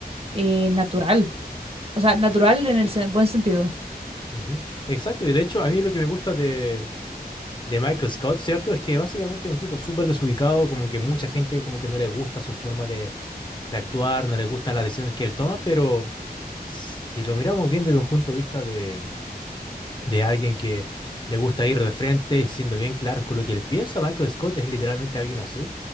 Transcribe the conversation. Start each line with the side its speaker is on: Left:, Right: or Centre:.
Right: eh, natural. O sea, natural en el sen- buen sentido.
Left: ujú. Exacto, y de hecho a mí lo que me gusta de, de Michael Scott, ¿cierto? Es que básicamente es un tipo súper desubicado, como que mucha gente como que no le gusta su forma de, de actuar, no le gustan las decisiones que él toma, pero si lo miramos bien desde un punto de vista de, de alguien que le gusta ir de frente, y siendo bien claros con lo que él piensa, Michael Scott es literalmente alguien así.